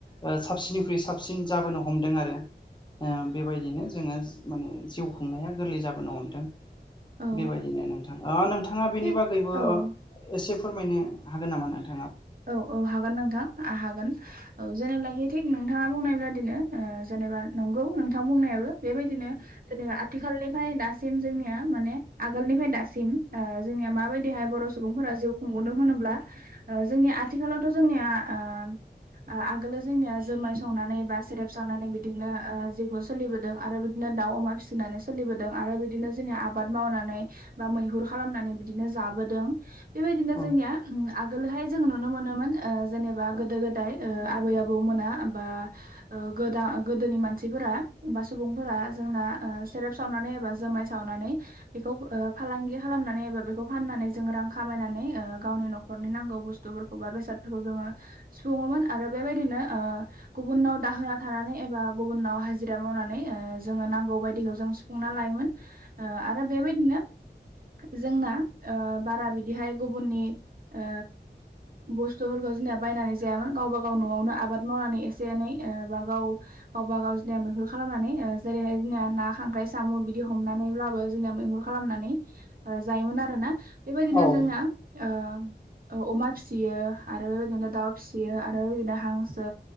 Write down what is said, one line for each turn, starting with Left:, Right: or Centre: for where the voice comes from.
Left: ओ साबसिननिख्रुइ साबसिन जाबोनो हमदों आरो ओ बेबाय दिनो जोङो माने जिउ खुंनाया गोरलै जाबोनो हमदों
Right: औ
Left: बेबायदिनो नों थां ओ नोंथाङा बेनि
Right: थिग
Left: बागैबो
Right: औ
Left: एसे फोरमायनो हागोन नामा नोंथां?
Right: औ औ हागोन नोंथां हागोन औ जेनेब्लाखि थिग नोंथाङा बुंनाय बादिनो जेनेबा नंगौ नोंथां बुंनायाबो बेबायदिनो जेनेबा आथिखालनिफ्राय दासिम जोंनिया माने आगोलनिफ्राय दासिम ओ जोंनिया माबायदिहाय बर' सुबुंफोरा जिउ खुंबोदों होनोब्ला ओ जोंनि आथिखालावथ' जोंनिया ओ ओ आगोलाव जोंनिया जोमाय सावनानै बा सेरेप सावनानै बिदिनो ओ जिवखौ सोलिबोदों आरो बिदिनो दाउ अमा फिसिनानै सोलिबोदों आरो बिदिनो जोंनि आबाद मावनानै बा मैहुर खालामनानै बिदिनो जा जाबोदों बेबायदिनो
Left: औ
Right: जोंनिया उम आगोलहाय जों नुनो मोनोमोन ओ जेनेबा गोदो गोदाय ओ आबै आबौ मोना बा गोदा गोदोनि मानसिफोरा बा सुबुंफोरा जोंना ओ सेरेब सावनानै एबा जोमाय सावनानै बेखौ फो ओ फालांगि खालामनानै एबा बेखौ फाननानै जों रां खामायनानै ओ गावनि न'खरनि नांगौ बुस थफोरखौबा बेसादफोरखौ जोङो सुफुङोमोन आरो बेबायदिनो ओ गुबुननाव दाहोना थानानै एबा गुबुनाव हाजिरा मावनानै ओ जोङो नांगौ बायदिखौ जों सुफुंना लायोमोन। ओ आरो बेबायदिनो जोंना ओ बारा बिदिहाय गुबुननि ओ बुस्थुफोरखौ जोंनिया बायनानै जायामोन गावबा गाव न'आवनो आबाद मावनानै एसे एनै बा गाव गावब गाव जोंनिया मैहुर खालामनानै जेरैहाय जोंनिया ना खांख्राइ साम' बिदि हमनानैब्लाबो जोंनिया मैहुर खालाम नानै जायोमोन आरोना बेबायदिनो
Left: औ औ
Right: जोंना ओ ओ अमा फिसियो आरो बेबायदिनो दाउ फिसियो आरो बेबायदिनो हांसो